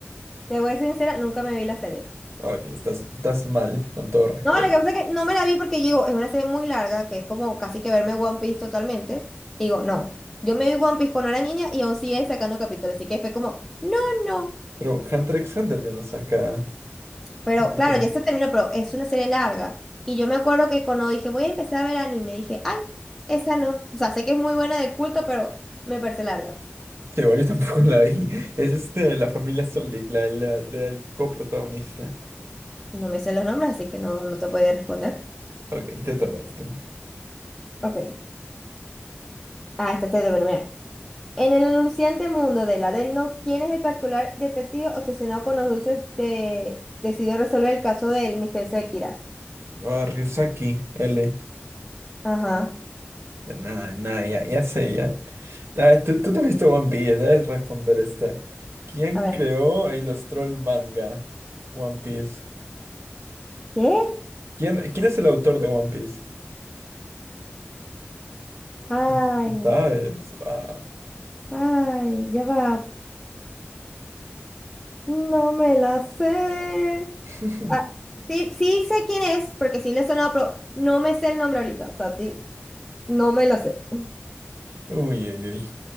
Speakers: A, in the centre; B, on the right (about 75°).
A: Te voy a ser sincera, nunca me vi la serie.
B: Ok, estás, estás mal, con todo respeto.
A: No, lo que pasa es que no me la vi porque yo digo, es una serie muy larga, que es como casi que verme One Piece totalmente. Y digo, no, yo me vi One Piece cuando era niña y aún sigue sacando capítulos, así que fue como, no, no.
B: Pero Hunter x Hunter ya no saca
A: Pero
B: capítulos.
A: claro, ya se terminó, pero es una serie larga. Y yo me acuerdo que cuando dije, voy a empezar a ver anime, dije, ay, esa no. O sea, sé que es muy buena de culto, pero me parece larga.
B: Que igual yo tampoco <laughs> la vi. Es este, la familia Soldig, la, la, la del coprotagonista.
A: No me sé los nombres, así que no, no te podía responder.
B: Ok, te toca tú.
A: Ok. Ah, esta es de mira. En el anunciante mundo del Adelno, ¿quién es el particular detective obsesionado con los dulces de... decidió resolver el caso del mister Sekira?
B: Ah, Ryusaki, L.
A: Ajá.
B: De nada, de nada, ya, ya sé, ya. Ah, Tú, tú te has visto One Piece, debes responder esta. ¿Quién
A: A ver.
B: creó e ilustró el manga One Piece?
A: ¿Qué?
B: ¿Quién, quién es el autor de One Piece?
A: Ay,
B: <laughs> ¿Sabes? Wow.
A: ay, ya va. No me la sé.
B: <laughs>
A: Ah, sí, sí sé quién es, porque sí le he sonado, pero no me sé el nombre ahorita. O sea, sí, no me lo sé.
B: Uy, uy, uy.